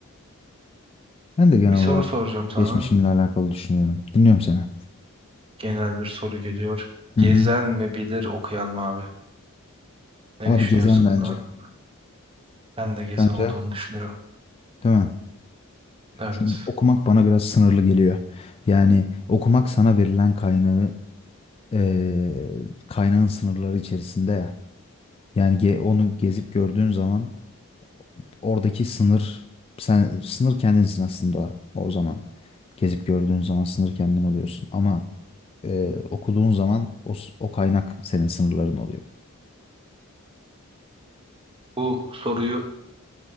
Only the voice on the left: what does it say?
Ben de genel
olarak
geçmişimle alakalı düşünüyorum. Dinliyorum seni.
Hı hı.
Abi
gezen bence.
Bence,
değil mi?
Çünkü okumak bana biraz sınırlı geliyor. Yani okumak sana verilen kaynağı eee, kaynağın sınırları içerisinde ya. Yani ge- onu gezip gördüğün zaman oradaki sınır sen sınır kendinsin aslında o zaman. Gezip gördüğün zaman sınır kendin oluyorsun. Ama eee, okuduğun zaman o, s- o kaynak senin sınırların oluyor.